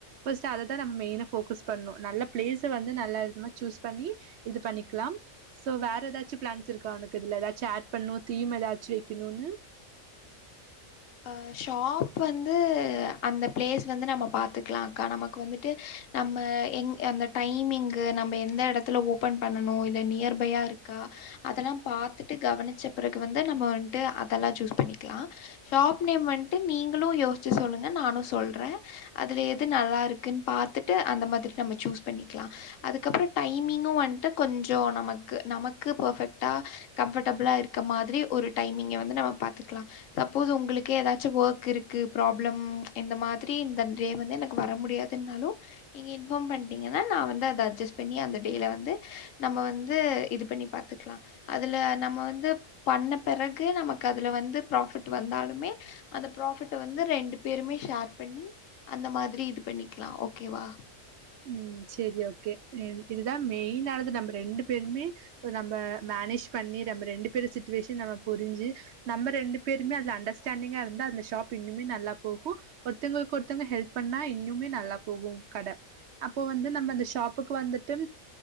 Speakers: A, on the right (about 65°); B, on the left (about 75°).
A: பஸ்ட்டு அதத்தா நம் மெய்னா ஃபோக்கஸ் பண்ணு நல்ல ப்ளேஸ வந்து நல்ல இதமா ச்சூஸ் பண்ணி இது பண்ணிக்லாம் சோ வேற் ஏதாச்சு ப்ளான்ஸ் இருக்கா உனக்கு இதுல ஏதாச்சு ஆட் பண்ணு தீம் ஏதாச்சி வெக்கணுனு
B: அ ஷாப் வந்து அந்த ப்ளேஸ் வந்து நம்ம பாத்துக்லா கா நமக் வந்துட்டு நம்ம எங் அந்த டைமிங்கு நம்ம எந்த எடத்துல ஓப்பன் பண்ணணு இல்லை நியர்பைய இருக்கா அதெல்லா பாத்துட்டு கவனிச்ச பிறகு வந்து நம்ம வந்ட்டு அதல்லா ச்சூஸ் பண்ணிக்கிலா ஷாப் நேம் வந்ட்டு நீங்குளு யோஸ்ச்சு சொல்லுங்க நானு சொல்றே அதுல எது நல்லா இருக்குன் பாத்துட்டு அந்த மாதிரி நம்ம ச்சூஸ் பண்ணிக்கிலா அதுக்கப்றோ டைமிங்கு வந்ட்டு கொஞ்சோ நமக்கு நமக்கு பர்ஃபெக்ட்டா கம்ஃபர்டபுளா இருக்க மாதிரி ஒரு டைமிங்க வந்து நம்ம பாத்துக்லா சப் ப்போஸ் உங்குளுக்கே ஏதாச்சு ஒக் இருக்கு ப்ராப்ளம் இந்த மாதிரி இந்த டே வந்து எனக்கு வர முடியாதுன்னாலு நீங்க இன்ஃபார்ம் பண்டீங்கன்னா நா வந்து அத அஜ்ஜஸ் பண்ணி அந்த டேய்ல வந்து நம்ம வந்து இது பண்ணி பாத்துக்லா அதுல நம்ம வந்து பண்ண பெறகு நமக் அதுல வந்து ப்ராஃபிட் டு வந்தாலுமே அந்த ப்ராஃபிட்ட வந்து ரெண்டு பேருமே ஷேர் பண்ணி அந்த மாதிரி இது பண்ணிக்லா ஓகேவா
A: ம் ச்சேரி ஓகே என் இதுதா மெய்ன்னானது நம்பு ரெண்டு பேருமே ஒ நம்ப மேனேஜ் பண்ணி நம் ரெண்டு பேரு சிட்டுவேஷன் நம்ம புரிஞ்சி நம்ம ரெண்டு பேருமே அதுல அண்டஸ்டாண்டிங்கா இருந்தா அந்த ஷாப் இன்னுமே நல்லா போஹு ஒருத்தங்ளுக் ஒருத்தவங்க ஹெல்ப் பண்ணா இன்யுமே நல்லா போகு கட அப்போ வந்து நம்ம அந்த ஷாப்புக்கு வந்துட்டும்